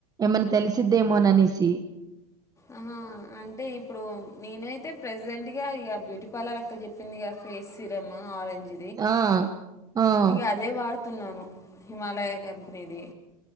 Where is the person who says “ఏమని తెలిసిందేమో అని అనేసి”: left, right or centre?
Right